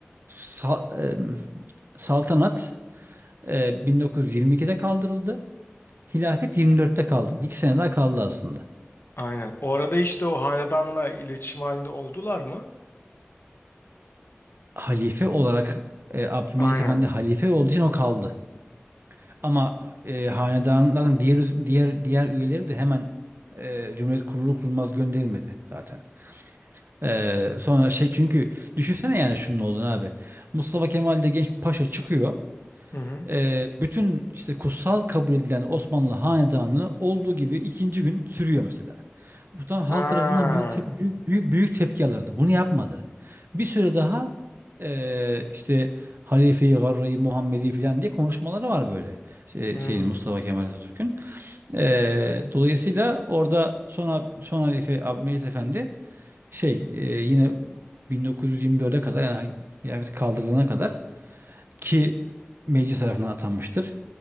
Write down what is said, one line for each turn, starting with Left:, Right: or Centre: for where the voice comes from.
Right: sal- em, saltanat eee, 1922'de kaldırıldı. Hilafet 24'te kaldırıldı. İki sene daha kaldı aslında.
Left: Aynen. O arada işte o hanedanla iletişim halinde oldular mı?
Right: Halife olarak eee Abdülmecit
Left: Aynen.
Right: Efendi halife olduğu için o kaldı. Ama e, hanedanların diğer diğer diğer üyeleri de hemen e, Cumhuriyet kurulur kurulmaz gönderilmedi zaten. E, sonra şey çünkü düşünsene yani şunun olduğunu abi. Mustafa Kemal de genç bir paşa çıkıyor
Left: Hı hı.
Right: e, bütün işte kutsal kabul edilen Osmanlı hanedanı olduğu gibi ikinci gün sürüyor mesela. Bu tam halk
Left: Ha.
Right: tarafından büyük, tep- büyük, büyük, büyük tepki alırdı. Bunu yapmadı. Bir süre daha e, işte Halife-i Garra-i Muhammedi falan diye konuşmaları var böyle. Şey,
Left: Hmm.
Right: şeyin Mustafa Kemal Atatürk'ün. E, dolayısıyla orada sonra son Halife Abdülmecit Efendi şey e, yine 1924'e kadar yani hilafet kaldırılana kadar ki meclis tarafından atanmıştır